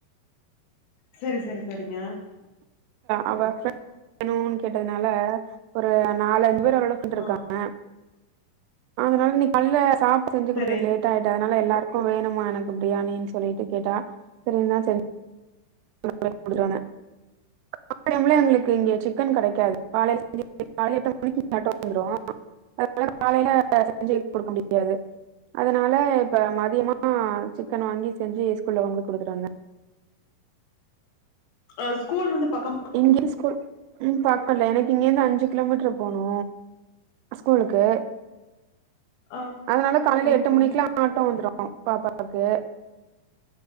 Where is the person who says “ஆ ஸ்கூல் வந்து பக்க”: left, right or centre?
Left